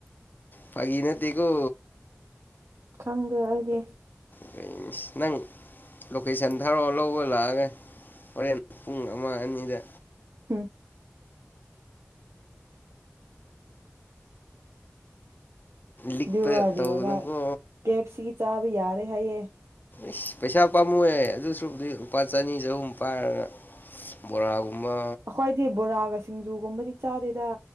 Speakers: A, on the left; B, on the right.
A: ꯐꯒꯤ ꯅꯠꯇꯒꯣ
B: ꯈꯪꯗꯦ ꯑꯩꯗꯤ
A: <unintelligible> ꯅꯪ ꯂꯣꯀꯦꯁꯟ ꯊꯥꯔꯛꯑꯣ ꯂꯧꯕ ꯂꯥꯛꯑꯒꯦ ꯍꯣꯔꯦꯟ ꯄꯨꯡ ꯑꯃ ꯑꯅꯤꯗ
B: ꯍꯝ
A: ꯂꯤꯛꯄ
B: ꯑꯗꯨꯒ
A: ꯇꯧꯒꯅꯨꯀꯣ
B: ꯂꯤꯌꯣꯅ ꯀꯦ ꯑꯦꯞ ꯁꯤꯒꯤ ꯆꯥꯕ ꯌꯥꯔꯦ ꯍꯥꯏꯌꯦ
A: ꯏꯁꯁ ꯄꯩꯁꯥ ꯄꯥꯝꯃꯨꯌꯦ ꯑꯗꯨ ꯁꯔꯨꯛꯄꯨꯗꯤ ꯂꯨꯄꯥ ꯆꯅꯤ ꯆꯍꯨꯝ ꯄꯥꯏꯔꯒ ꯑꯁ ꯕꯣꯔꯥꯒꯨꯝꯕ
B: ꯈꯣꯏꯗꯤ ꯕꯣꯔꯥꯒ ꯁꯤꯡꯖꯨꯒꯨꯝꯕꯗꯤ ꯆꯥꯗꯦꯗ